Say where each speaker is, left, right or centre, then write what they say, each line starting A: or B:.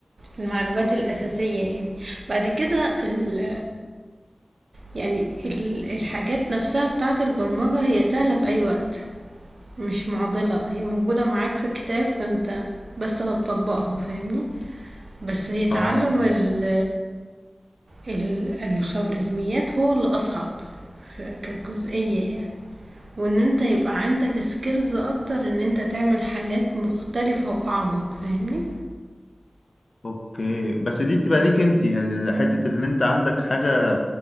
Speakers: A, on the right (about 70°); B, on the left (about 70°).
A: المعلومات الأساسية يعني بعد كده ال يعني ال الحاجات نفسها بتاعة البرمجة هي سهلة في أي وقت مش معضلة هي موجودة معاك في كتاب فانت بس هتطبقها فاهمني بس هي تعلم
B: اه
A: ال ال- الخوارزميات هو اللي اصعب في- كجزئية يعني وان انت يبقى عندك سكيلز اكتر ان انت تعمل حاجات مختلفة واعمق فاهمني
B: اوكي بس دي بتبقى ليك انت يعني حته اللي انت عندك حاجه